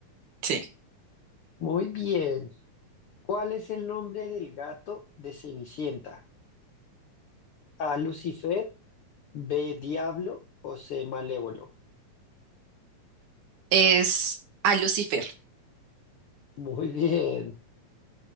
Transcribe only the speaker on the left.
Muy bien. ¿Cuál es el nombre del gato de Cenicienta? A, Lucifer. B, Diablo o C, Malévolo.
Muy bien.